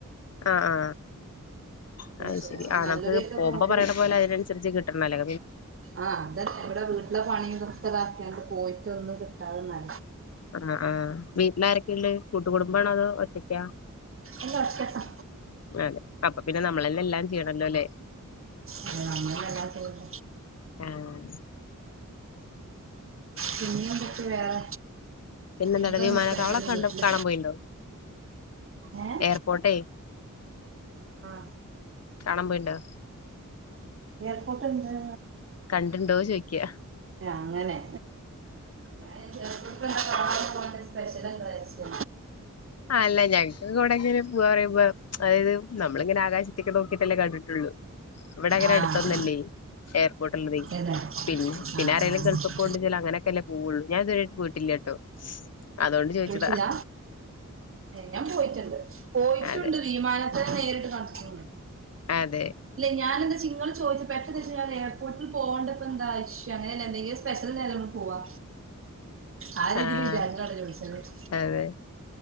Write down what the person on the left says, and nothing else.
അ ആ
അ അത്
ശരി
നമുക്ക്
പോവുമ്പ
പറയണ
പോലെ അതിനനുസരിച്ച് കിട്ടണല്ലോ
ആഹ് ആഹ് വീട്ട്ല് ആരെക്കള്ളേ കൂട്ടുകുടുമ്പാ ണോ അതോ ഒറ്റക്കാ?
ആണ് അപ്പ പിന്നെ നമ്മളന്നെ എല്ലാം ചെയ്യണല്ലോല്ലേ-
ആ <inaudible>
പിന്നെന്താടാ
വിമാനത്താവളൊക്കെ
കണ്ട്
കാണാൻ പോയിണ്ടോ
എയർപോർട്ടേ
കാണാൻ പോയിണ്ടോ.
കണ്ടിടുണ്ടോ ചോദിക്ക ക്യാ
അല്ല ഞങ്ങക്ക് എവിടെ എങ്ങനെ പോവാ പറയുമ്പോ അതായത് നമ്മള് ഇങ്ങനെ ആകാശത്തേക്ക് നോക്കിട്ടല്ലേ കണ്ടിട്ടുള്ളു. ഇവിടെ അങ്ങനെ
അടുത്തൊന്നല്ലേ എയർപോർട്ട് ഉള്ളത്
പിന്നെ പിന്നെ
ആരെലും ഗൾഫ് പോകുടെങ്കിൽ അങ്ങനെയൊക്കെല്ലേ പോവുള്ളൂ ഞാൻ ഇതു വരെ യായിട്ടു പോയിട്ടില്ലേ കേട്ടോ അതുകൊണ്ട് ചോദിച്ച
അതെ
അതെ
ആഹ്
അതെ